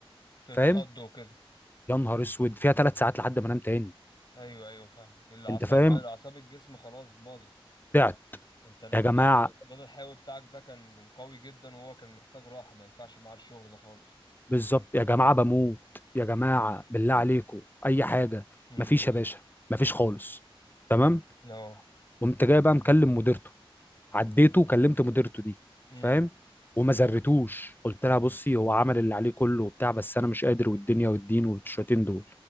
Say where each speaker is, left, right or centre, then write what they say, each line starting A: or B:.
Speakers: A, on the left; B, on the left.
A: تتخضوا
B: فاهم
A: كده
B: يا نهار اسود فيها ثلاث ساعات لحد ما انام تاني
A: ايوه ايوه فاهم الاعصاب
B: انت فاهم
A: اعصاب الجسم خلاص باظت
B: تعب
A: انت البدل
B: يا جماعة
A: البدل الحيوي بتاعك ده كان قوي جدا وهو كان محتاج راحه ما ينفعش معاه الشغل ده خالص
B: بالظبط يا جماعة بموت يا جماعة بالله عليكم اي حاجة
A: امم
B: مفيش يا باشا مفيش خالص تمام
A: اه
B: قمت جاي بقى مكلم مديرته عديته كلمت مديرته دي
A: امم
B: فاهم وما زرتوش قلت لها بصي هو عمل اللي عليه كله وبتاع بس انا مش قادر والدنيا والدين والشويتين دول